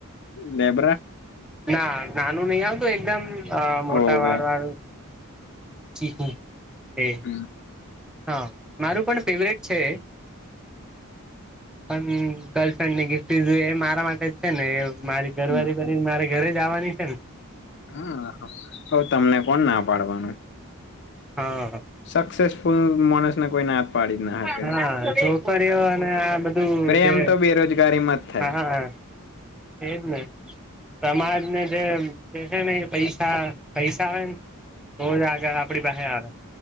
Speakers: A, on the left; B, in the centre.
A: લેબરા
B: ના નાનું નહી આવતું એકદમ મોટા
A: હોવે
B: વાળ વારુ ચીકુ એ
A: હમ
B: હા મારું પણ ફેવરેટ છે. પણ ગર્લફ્રેન્ડ ની ગિફ્ટી જો એ મારા માટે જ છે ને મારી ઘરવાળી
A: હમ
B: બનીને મારે ઘેરે જ આવાની છે ને.
A: હા તો તમને કોણ ના પાડવાનું.
B: હ
A: સક્સેસફુલ માણસને કોઈ ના શકે
B: હા તો કરઓ અને આ બધ ધુ
A: પ્રેમ
B: જે
A: તો બેરોજગારીમાં જ થાય
B: હા હા એજ ને સમાજ ને જે છે ને એ પૈસા પૈસા આવેને <unintelligible> આગળ આપડી પાસે